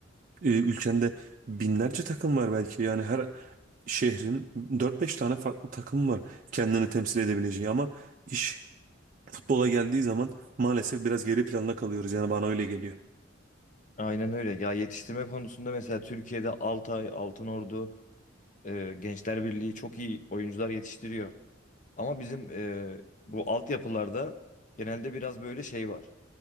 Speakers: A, on the right; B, on the left.
A: e, ülkende binlerce takım var belki. Yani her şehrin dört beş tane farklı takım var kendini temsil edebileceği ama iş futbola geldiği zaman maalesef biraz geri planda kalıyoruz. Yani bana öyle geliyor.
B: Aynen öyle. Ya yetiştirme konusunda mesela Türkiye'de Altay, Altınordu, e, Gençler Birliği çok iyi oyuncular yetiştiriyor. Ama bizim e, bu altyapılarda genelde biraz böyle şey var.